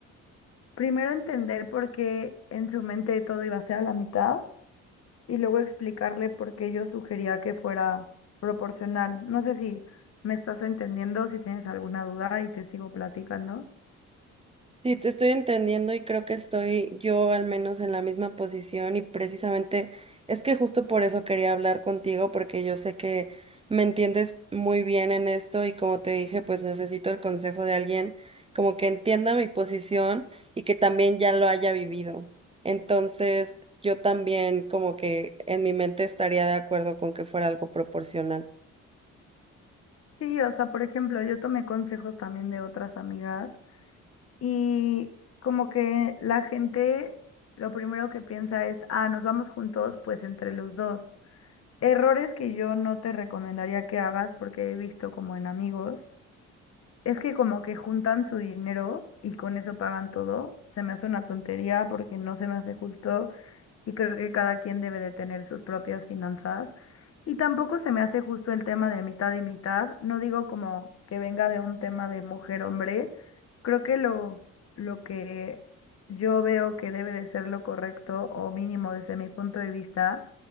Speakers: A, on the left; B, on the right.
A: Primero entender por qué en su mente todo iba a ser a la mitad y luego explicarle por qué yo sugería que fuera proporcional. No sé si me estás entendiendo, si tienes alguna duda y te sigo platicando.
B: Sí, te estoy entendiendo y creo que estoy yo al menos en la misma posición y precisamente es que justo por eso quería hablar contigo porque yo sé que me entiendes muy bien en esto y como te dije, pues necesito el consejo de alguien como que entienda mi posición y que también ya lo haya vivido. Entonces, yo también como que en mi mente estaría de acuerdo con que fuera algo proporcional.
A: Sí, o sea, por ejemplo, yo tomé consejos también de otras amigas y como que la gente lo primero que piensa es, ah, nos vamos juntos, pues entre los dos. Errores que yo no te recomendaría que hagas porque he visto como en amigos. Es que como que juntan su dinero y con eso pagan todo. Se me hace una tontería porque no se me hace justo y creo que cada quien debe de tener sus propias finanzas. Y tampoco se me hace justo el tema de mitad y mitad. No digo como que venga de un tema de mujer-hombre. Creo que lo, lo que yo veo que debe de ser lo correcto o mínimo desde mi punto de vista